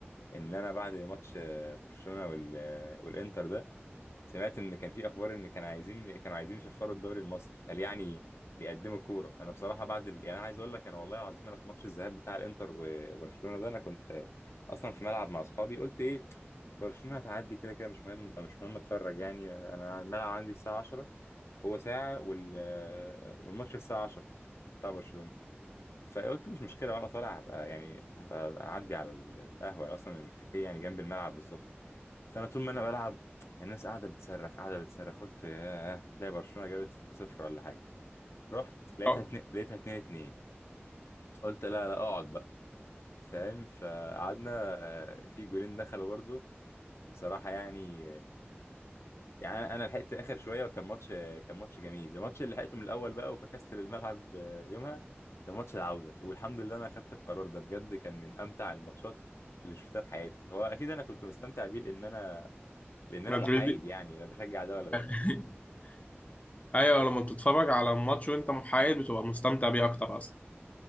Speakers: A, on the left (about 90°); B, on the left (about 35°).
A: ان انا بعد ماتش آه، برشلونة وال- آه، والانتر ده سمعت ان كان في اخبار ان كانوا عايزين كانوا عايزين يشفروا الدوري المصري قال يعني بيقدموا كوره انا بصراحه بعد ال... يعني انا عايز اقول لك انا والله العظيم انا في ماتش الذهاب بتاع الانتر وبرشلونه ده انا كنت اصلا في ملعب مع اصحابي قلت ايه برشلونه هتعدي كده كده مش مهم مش مهم اتفرج يعني انا الملعب عندي الساعه 10 هو ساعه وال... والماتش الساعه 10 بتاع برشلونه فقلت مش مشكله وانا طالع هبقى يعني هبقى اعدي على ال- القهوه اصلا الكافيه يعني جنب الملعب بالظبط فانا طول ما انا بلعب الناس قاعده بتصرخ قاعده بتصرخ قلت ياه تلاقي برشلونه جابت 6-0 ولا حاجه رحت لقيتها
B: اه
A: اتنين لقيتها 2-2 قلت لا لا اقعد بقى فاهم فقعدنا آه، في جولين دخلوا برضه بصراحه يعني يعني انا أنا لحقت اخر شويه وكان ماتش كان ماتش جميل الماتش اللي لحقته من الاول بقى وفكست للملعب آه، يومها كان ماتش العوده والحمد لله انا اخدت القرار ده بجد كان من امتع الماتشات اللي شفتها في حياتي هو اكيد انا كنت مستمتع بيه لان انا لان انا
B: مدريدي
A: محايد يعني لا بشجع ده ولا ده
B: <laughs> ايوه لما بتتفرج على الماتش وانت محايد بتبقى مستمتع بيه اكتر اصلا